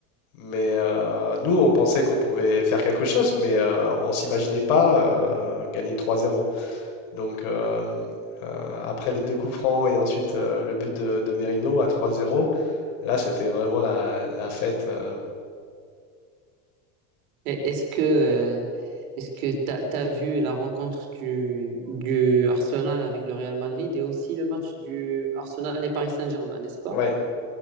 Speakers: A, on the left (about 75°); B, on the right (about 80°).
A: Mais euh, nous, on pensait qu'on pouvait faire quelque chose, mais euh, on s'imaginait pas euh, gagner 3-0. Donc, euh, euh, après les deux coups francs et ensuite euh, le but de, de Merino à 3-0, là, c'était vraiment la, la fête. euh.
B: Eh, Est-ce que, euh, est-ce que t'as, t'as vu la rencontre du, du Arsenal avec le Real Madrid et aussi le match du Arsenal et Paris Saint-Germain, n'est-ce pas?
A: ouais.